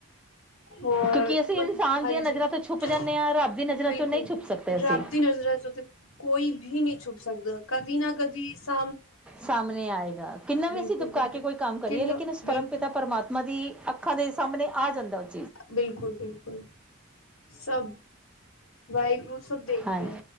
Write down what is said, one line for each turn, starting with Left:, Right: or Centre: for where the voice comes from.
Left: ਹੋਰ
Centre: ਕਿਉਂਕਿ ਅਸੀਂ
Left: ਮ
Centre: ਇਨਸਾਨ
Left: ਹਾਂਜੀ
Centre: ਦੀਆਂ ਨਜ਼ਰਾਂ ਤੋਂ ਛੁਪ ਜਾਂਦੇ
Left: ਬਿਲਕੁਲ,
Centre: ਆ ਰੱਬ ਦੀ ਨਜ਼ਰਾਂ ਚੋਂ ਨਹੀਂ
Left: ਬਿਲਕੁਲ
Centre: ਛੁਪ ਸਕਦੇ ਅਸੀਂ
Left: ਰੱਬ ਦੀ ਨਜ਼ਰਾਂ ਚੋਂ ਤੇ। ਕੋਈ ਵੀ ਨਹੀਂ ਛੁਪ ਸਕਦਾ ਕਦੀ ਨਾ ਕਦੀ ਸਬ।
Centre: ਸਾਹਮਣੇ ਆਏਗਾ ਕਿੰਨਾ ਵੀ
Left: ਬਿਲਕੁਲ
Centre: ਅਸੀਂ ਤਪਕਾ
Left: ਬਿਲਕੁਲ
Centre: ਕੇ ਕੋਈ ਕੰਮ ਕਰੀਏ
Left: ਕਿੰਨ
Centre: ਲੇਕਿਨ ਇਸ
Left: ਬਿਲਕੁਲ
Centre: ਪਰਮ ਪਿਤਾ ਪਰ। ਪਰਮਾਤਮਾ ਦੀ ਅੱਖਾਂ ਦੇ ਸਾਹਮਣੇ ਆ ਜਾਂਦਾ ਵੈ।
Left: ਬਿਲਕੁਲ ਬਿਲਕੁਲ ਸਭ ਵਾਹਿਗੁਰੂ ਸਭ ਦੇਖ
Centre: ਹਾਂਜੀ
Left: ਰਿਹਾ।